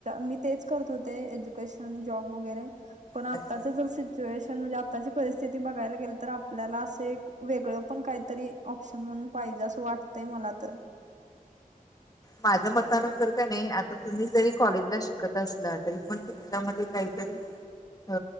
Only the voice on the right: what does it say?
मी तेच करत होते एज्यूकेशन जॉब वगैरे पण आता
जसे सजेशन म्हणजे आताची परिस्थिती बघायला गेल तर आपल्याला असे एक वेगळं पण काहीतरी ऑप्शन म्हणून पाहिजे असं वाटतंय मला तर